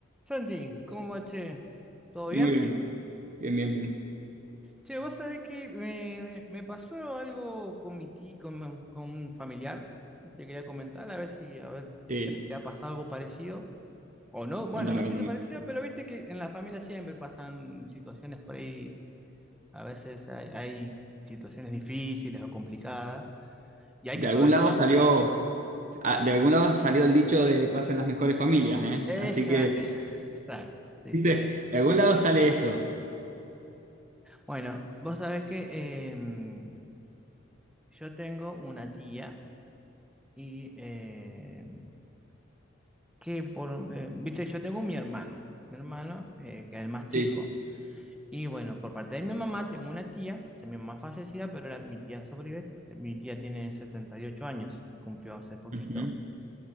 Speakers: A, in the centre; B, on the right (about 40°).
A: Santi, ¿cómo va, che? ¿Todo bien?
B: Muy bien, bien, bien, bien.
A: Che, vos sabés que me, me- me pasó algo con mi ti- con, un con un familiar. Te quería comentar, a ver si, a ver
B: Sí,
A: si te ha pasado algo parecido o no. Bueno,
B: contame,
A: no sé
B: contame.
A: si parecido, pero viste que en la familia siempre pasan situaciones por ahí. A veces hay, hay situaciones difíciles o complicadas y hay
B: De
A: que
B: algún
A: sobrellevar.
B: lado salió, ah, de algún lado salió el dicho de pasen las mejores familias, ¿eh?
A: Exacto,
B: Así que,
A: <laughs> exacto, sí,
B: dice,
A: sí.
B: de algún lado sale eso.
A: Bueno, vos sabés que em, yo tengo una tía. Y eh, que por, eh, viste, yo tengo mi hermano, mi hermano, eh, que es el más chico.
B: Sí.
A: Y bueno, por parte de mi mamá tengo una tía, o sea, mi mamá es fallecida, pero la- mi tía sobrevive. Mi tía tiene 78 años, cumplió hace poquito.
B: Ujú.